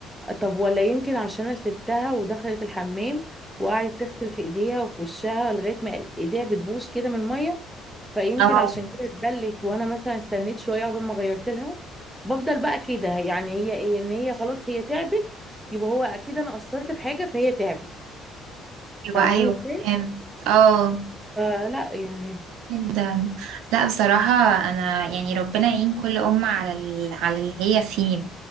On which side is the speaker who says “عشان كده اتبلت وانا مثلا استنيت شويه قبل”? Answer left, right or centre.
Centre